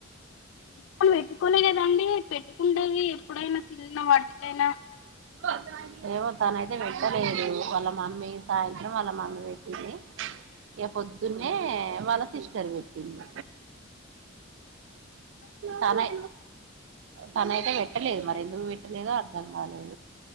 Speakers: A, on the left (about 70°); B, on the right (about 65°).
A: వాళ్ళు పెట్టుకోలే కదండి పెట్టుకుండేది ఎప్పుడైనా చిన్న చిన్న వాటికైనా,
B: <unintelligible> ఏమో తనైతే పెట్టలేదు వాళ్ళ మమ్మీ సాయంత్రం వాళ్ళ మమ్మీ పెట్టింది. ఇగ పొద్దున్నే వాళ్ళ సిస్టర్ పెట్టింది. తనే తనైతే పెట్ ట్టలేదు మరి ఎందుకు పెట్టలేదో అర్థం కాలేదు